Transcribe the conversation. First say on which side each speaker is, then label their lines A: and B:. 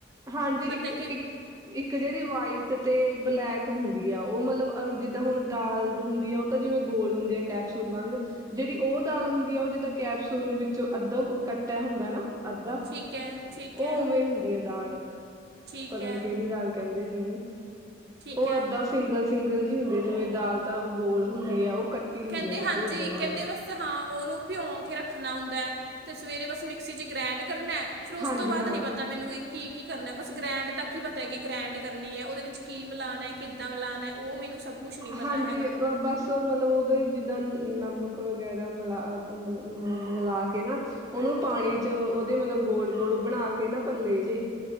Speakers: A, on the right; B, on the right.
A: ਹਾਂਜੀ ਇੱਕ-ਇੱਕ-
B: ਕਿ
A: ਇੱਕ ਜਿਹੜੀ ਵਾਈਟ ਤੇ ਬਲੈਕ ਹੁੰਦੀ ਆ ਉਹ ਮਤਲਬ ਜਿੱਦਾਂ ਹੁਣ ਦਾਲ ਹੁੰਦੀ ਆ ਉਹ ਤਾਂ ਜਿਵੇਂ ਗੋਲ ਹੁੰਦੇ ਆ ਕੈਪਸੂਲ ਵਾਂਗ ਜਿਹੜੀ ਉਹ ਦਾਲ ਹੁੰਦੀ ਆ ਉਹ ਜਿੱਦਾਂ ਕੈਪਸੂਲ ਨੂੰ ਵਿੱਚ ਅੱਧਾ ਕੱਟਿਆ ਹੁੰਦਾ ਨਾ। ਅੱਧਾ
B: ਠੀਕ ਹੈ ਠੀਕ
A: ਉਹ
B: ਹੈ
A: ਉਵੇਂ ਹੁੰਦੀ ਆ ਦਾਲ
B: ਠੀਕ
A: ਪਤਾ
B: ਹੈ
A: ਨੀ ਕਿਹੜੀ ਦਾਲ ਕਹਿੰਦੇ ਨੇ ਇਹਨੂੰ
B: ਠੀਕ
A: ਉਹ
B: ਹੈ
A: ਏਦਾਂ ਸਿੰਗਲ- ਸਿੰਗਲ ਗਲ ਜਿਹੀ ਹੁੰਦੀ ਹੈ ਜਿਵੇਂ ਦਾਲ ਤਾਂ ਗੋਲ ਹੁੰਦੀ ਹੈ ਉਹ ਕੱਟੀ ਹੁੰਦੀ
B: ਕਹਿੰਦੇ
A: ਆ ਗੱਭੋ
B: ਹਾਂਜੀ
A: ਓਦਾਂ ਦੀ
B: ਕਹਿੰਦੇ
A: ਦਾਲ
B: ਬਸ ਹਾਂ ਉਹਨੂੰ ਪਿਓ ਕੇ ਰੱਖਣਾ ਹੁੰਦਾ ਹੈ ਅਤੇ ਸਵੇਰੇ ਬਸ ਮਿਕਸੀ ਚ ਗ੍ਰੈਂਡ ਕਰਨਾ ਫਿਰ ਉਸ
A: ਹਾਂਜੀ
B: ਤੋਂ ਬਾਅਦ
A: ਹਾਂ
B: ਨੀ ਪਤਾ ਮੈਨੂੰ ਇਹ ਕੀ ਕੀ ਕਰਨਾ ਬਸ ਗ੍ਰੈਂਡ ਤੱਕ ਕੀ ਪਤਾ ਹੈ ਕਿ ਗ੍ਰੈਂਡ ਕਰਨੀ ਐ, ਉਹਦੇ ਵਿੱਚ ਕੀ ਮੀਲਾਣਾ ਐ, ਕਿੱਦਾਂ ਮੀਲਾਣਾ, ਉਹ ਮੈਨੂੰ ਸਭ- ਕੁਝ ਨਹੀਂ ਪਤਾ
A: ਹਾਂਜੀ
B: ਹੈਗਾ
A: ਬਸ ਮਤਲਬ ਉਹ- ਜਿੱਦਾਂ ਨ ਨਮਕ ਵਗੈਰਾ ਮਿਲਾ ਮਿਲਾਹ ਕੇ ਨਾ ਉਹਨੂੰ ਪਾਣੀ ਚ ਉਹਦੇ ਮਤਲਬ ਗੋਲ ਗੋਲ ਬਣਾ ਕੇ ਨਾ ਪੱਲੇ ਜੇ-